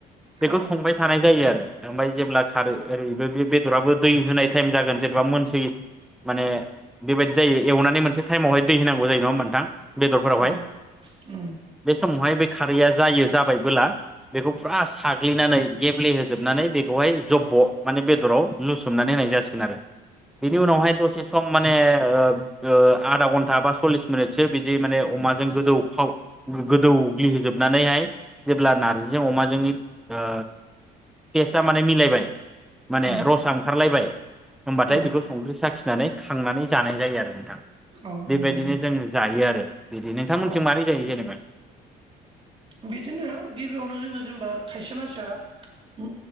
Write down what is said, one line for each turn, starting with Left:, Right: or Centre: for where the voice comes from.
Centre: बेखौ
Right: औ
Centre: संबाय थानाय जायो आरो ओमफ्राय जेब्ला खारै ओरैबो बे बेदराबो दै होनाय टाइम जागोन जेनेबा मोनसै माने बेबायदि जायो एवनानै मोनसे टाइमावहाय दै होनांगौ जायो नङा होमबा नोंथां बेदरफोरावहाय
Right: औ ओम
Centre: बे समावहाय बे खारैया जायो जाबायबोला बेखौ फुरा साग्लिनानै गेब्लेहोजोबनानै बेखौहाय जब्ब' माने बेदराव लुसोमनानै होनाय जासिगोन आरो बिनि
Right: नंगौ
Centre: उनावहाय दसे सम माने ओ ओ आधा घन्टा बा सल्लिस मिनिटसो बिदि माने अमाजों गोदौफाव गोदौग्लिहोजोबनानैहाय जेब्ला नार्जिजों अमाजोंनि ओ टेस्टआ माने मिलायबाय माने
Right: उम
Centre: रसा ओंखारलायबाय होनबाथाय
Right: औ
Centre: बेखौ संख्रि साखि नानै खांनानै जानाय जायो आरो नोंथां
Right: औ
Centre: बेबायदिनो
Right: नंगौ
Centre: जों जायो आरो बिदि नोंथांमोनथि
Right: औ
Centre: मोरै जायो जेनबा
Right: बिदिनो गिबियावनो जोङो जेनेबा खायसे मानसिया